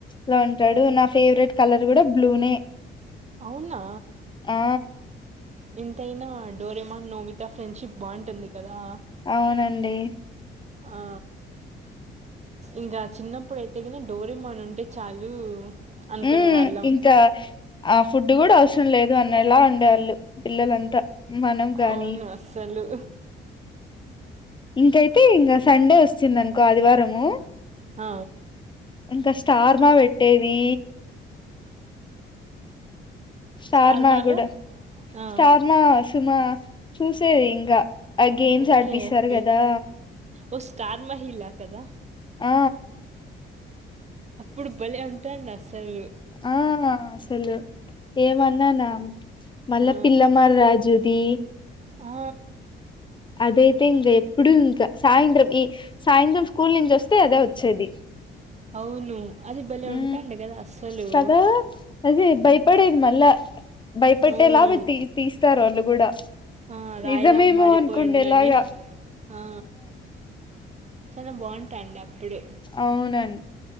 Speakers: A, on the left; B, on the right.
A: లో ఉంటాడు నా ఫేవరెట్ కలర్ కూడా బ్లూనే
B: అవునా
A: ఆ
B: ఇంతైనా డోరేమాన్ నోవితా ఫ్రెండ్షిప్ బాగుంటుంది కదా
A: అవునండి
B: ఆ ఇంకా చిన్నప్పుడుయితే కనీ డోరమాన్ ఉంటే చాలు అనుకునే
A: ఉ
B: వాళ్ళం
A: ఇంకా ఆ ఫుడ్ కూడా అస లేదు అనేలా ఉండేవాళ్ళు పిల్లలంతా మనం కాగాని
B: అవును అస్సలు
A: ఇంకైతే ఇంకా సండే వచ్చిందనుకో ఆదివారము
B: అ
A: ఇంకా స్టార్మా పెట్టేది షార్నాగుడు
B: స్టార్ మాలో ఆ
A: స్టార్ నా సుమా చూసేది ఇంకా ఆ గేమ్స్
B: ఓకే
A: ఆడిపిస్తారు
B: ఓకే
A: కదా
B: ఓ స్టార్ మహిలా కదా
A: ఆ
B: అప్పుడు బలే ఉంటాను అసలులు
A: ఆ అసలు ఏమన్నానా మళ్ళా
B: ఆ
A: పిల్లమారి రాజుది
B: ఆ
A: అదే అతే ఇంక ఎప్పుడు ఇంకా సాయంత్రం ఈ సాయంత్రం స్కూల్ నుంచి వస్తే అదే వచ్చేది
B: అవును అది భలే
A: ఉ
B: ఉంటాండి కదా అస్సలు
A: సదా అదే భయపడేది మళ్ళా భయపట్టేలాగా
B: అవును
A: తీస్తారు వాళ్ళు కూడా
B: ఆ రాయిలాగా
A: నిజమేమో
B: మారిపోయిండ
A: అనుకుండేలాగా
B: అని ఆ చాలా బాగుంటా అండి అప్పుడు
A: అవునండి